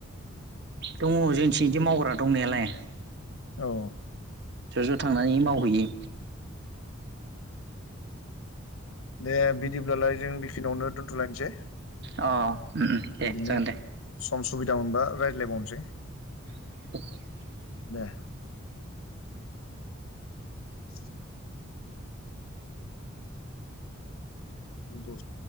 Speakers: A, on the right; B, on the left.
A: दङ जोंथि बिदि मावग्रा दंनायालाय
B: औ
A: ज' ज' थांनानै मावहैयो
B: दे बिदिब्लालाय जों बेखिनियावनो दोन्थ'लायनोसै।
A: अ उम दे
B: बिदिनो
A: जागोन दे
B: सम सुबिदा मोनबा रायज्लायबावनोसै।
A: <unintelligible>
B: दे <inaudible> दस